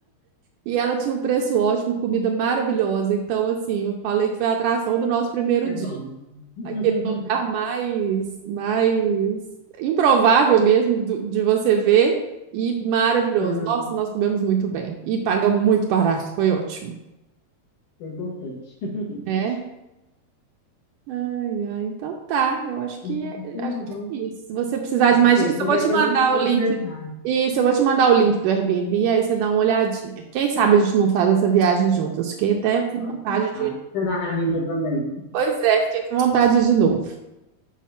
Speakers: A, on the right; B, on the left.
A: e ela tinha um preço ótimo, comida maravilhosa. Então, assim, eu falei que foi a atração do nosso primeiro
B: É
A: dia.
B: bom. <laughs>
A: Aquele lugar mais, mais improvável mesmo do- de você ver e maravilhoso.
B: Aham,
A: Nossa, nós comemos muito bem e pagamos muito barato, foi ótimo.
B: é importante. <laughs>
A: é Ai, ai, então tá. Eu acho
B: Então,
A: que é, acho
B: tá
A: que
B: bom.
A: é isso. Se você precisar de mais
B: Beleza,
A: dicas,
B: qualquer
A: eu vou te
B: coisa
A: mandar
B: eu te mando
A: o link.
B: mensagem.
A: Isso, eu vou te mandar o link do Airbnb, aí você dá uma olhadinha. Quem sabe a gente não faz essa viagem juntas. Fiquei até com
B: Ó,
A: vontade
B: que sabe.
A: de.
B: Você dá anima também.
A: Pois é, fiquei com vontade de novo.